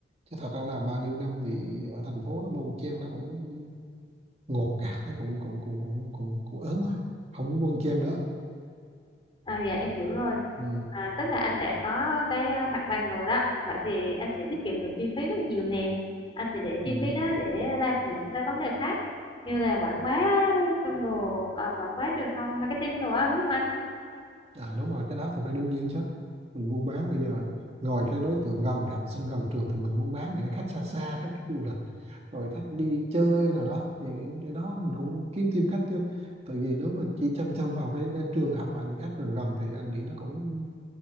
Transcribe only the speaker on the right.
Chứ thật ra làm bao nhiêu năm thì ở thành phố nó bon chen nó cũng ngột ngạt nó cũng cũng cũng cũng cũng cũng ớn rồi. Không muốn bon chen nữa.
Ừ.
Ừ.
À đúng rồi, cái đó thì phải đương nhiên chứ. Mình buôn bán bây giờ ngồi cái đối tượng gần học sinh gần trường thì mình muốn bán những cái khách xa xa, khách du lịch, rồi khách đi chơi rồi đó. Thì cái, cái đó mình cũng kiếm thêm khách chứ. Tại vì nếu mà chỉ chăm chăm vào cái cái trường học và những khách gần gần thì anh nghĩ nó cũng